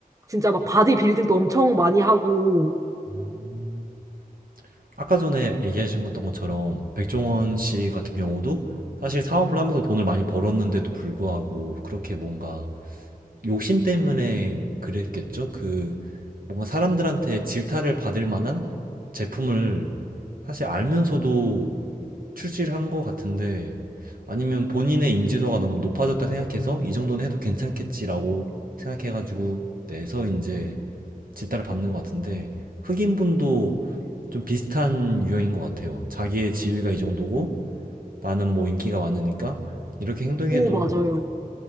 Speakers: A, on the right; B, on the right.
A: 진짜 막 바디 빌딩도 엄청 많이 하고
B: 음, 아까 전에 얘기하신 것던 것처럼 백종원 씨 같은 경우도 사실 사업을 하면서 돈을 많이 벌었는데도 불구하고 그렇게 뭔가 욕심 때문에 그랬겠죠? 그 뭔가 사람들한테 질타를 받을 만한 제품을 사실 알면서도 출시를 한 것 같은데 아니면 본인의 인지도가 너무 높아졌다 생각해서 이 정도는 해도 괜찮겠지라고 생각해가지고 내서 이제 질타를 받는 것 같은데 흑인분도 좀 비슷한 유형인 것 같아요. 자기의 지위가 이 정도고 나는 뭐 인기가 많으니까 이렇게 행동해도
A: 오, 맞아요.